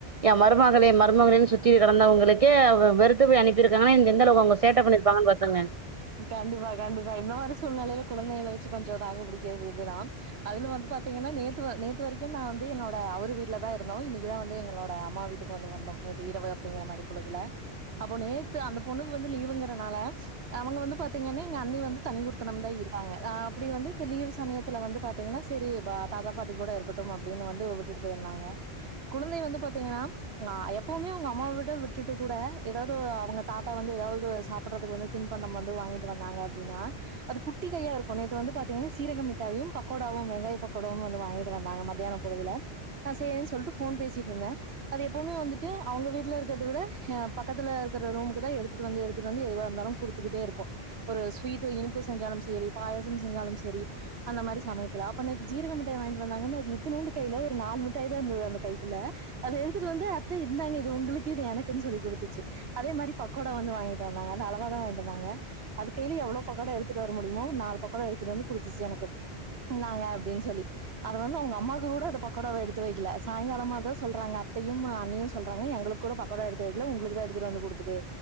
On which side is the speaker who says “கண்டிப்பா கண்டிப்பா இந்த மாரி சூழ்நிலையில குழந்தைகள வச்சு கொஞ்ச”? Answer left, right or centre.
Right